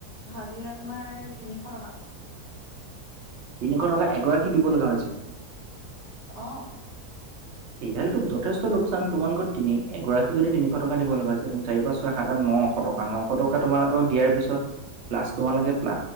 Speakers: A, on the left (about 75°); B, on the right (about 55°).
A: হাজিৰা তোমাৰ তিনিশ টকা।
B: তিনিশ টকা এগৰাকী দিব লগা হৈছে।
A: অ,
B: সিডালটোক যথেষ্ট লোকচান তোমালোকৰ তিনি এগৰাকী যদি তিনিশ টকা দিব লগা হৈছে। চাৰি পাঁচ ছয় সাত আঠ নশ টকা নশ টকা তোমালোকক দিয়াৰ পিছত প্লাছ তোমালোকে প্লা